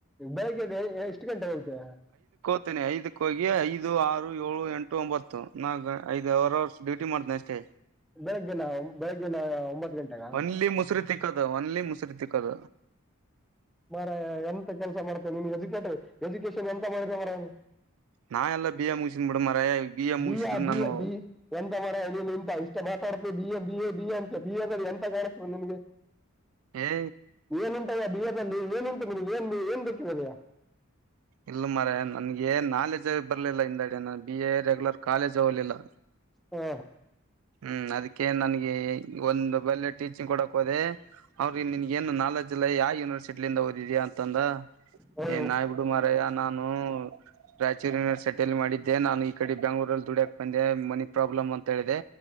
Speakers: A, in the centre; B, on the right.
A: ಬೆಳಿಗ್ಗೆದೆ ಎಷ್ಟು ಗಂಟೆ ಹೋಗ್ತೀರಾ
B: ಇತೇನೆ ಐದಕ್ಕ ಹೋಗಿ ಐದು ಆರು ಏಳು ಎಂಟು ಒಂಬತ್ತು ನಾಕ್ ಐದು ಅವರ್ ಅವರ್ಸ್ ಡ್ಯೂಟಿ ಮಾಡ್ತೇನೆ ಅಷ್ಟೇ.
A: ಬೆಳಗ್ಗೆನ ಬೆಳಗ್ಗೆನ ಒಂಬತ್ತು ಗಂಟೆಗ
B: ಒನ್ಲಿ ಮುಸರಿ ತಿಕ್ಕದ ಓನ್ಲಿ ಮುಸರಿ ತಿಕ್ಕದ
A: ಮರಯ ಎಂತ ಕೆಲ್ಸ ಮಾಡ್ತೇನೆ ನೀನ್ ಎಜುಕೇಟ ಎಜುಕೇಶನ್ ಎಂತ ಮಾಡಿದ್ರ ಮಾರ ನೀ
B: ನಾ ಎಲ್ಲ ಬಿ ಎ ಮುಗಿಸಿನ್ ಬಿಡ ಮಾರಾಯ ಎ ಮುಗಿಸಿದ್ರು
A: ಬಿ ಆ ಬಿ
B: ನಾನು
A: ಬಿ ಎಂತ ಮರ ನೀನು ಇಂತ ಇಷ್ಟ ಮಾತಾಡ್ತೀ B A B B A ಅಂತ ಬಿ ಎ ದಲ್ಲಿ ಎಂತ ಕಾಣುತ್ತ ನಿನಗೆ
B: ಏ
A: ಏನುಂಟಯ ಬಿ ಎ ಅಲ್ಲಿ ಏನುಂಟು ಮ ಏನ್ ಏನ್ ಬೇಕರದಯ
B: ಇಲ್ಲ ಮರಯಾ ನನಗೆ ನಾಲೇಜ್ ಬರ್ಲಿಲ್ಲ ಹಿಂದೆಡೆ ನಾನ ಬಿ ಎ ರೆಗ್ಯುಲರ್ ಕಾಲೇಜ್ ಹೋಗ್ಲಿಲ್ಲ.
A: ಹ್ಮ
B: ಹ್ಮ್ ಅದಕ್ಕೆ ನನ್ಗೆ ಒಂದು ಬಲ್ಲೆ ಟೀಚಿಂಗ್ ಕೊಡಕ್ ಹೋದೆ ಅವ್ರ ನಿನಿಗೆ ಏನು ನಾಲೆಜ್ ಇಲ್ಲ ಯಾವ ಯುನಿವರ್ಸಿಟಿ ಯಿಂದ ಓದಿದೀ ಅಂತ ಅಂದ
A: ಹಾ,
B: ಏನ್ ನಾಬಟ್ಟ ಮಾರಾಯ ನಾನು ರಾಯಚೂರಿನ ಸೆಟಲ್ ಮಾಡಿದ್ದೆ ನಾನು ಈ ಕಡೆ ಬೆಂಗಳೂರಲ್ಲಿ ದುಡಿಯಕ್ ಬಂದೆ ಮನಿ ಪ್ರಾಬ್ಲಮ್ ಅಂತ ಹೇಳಿದೆ.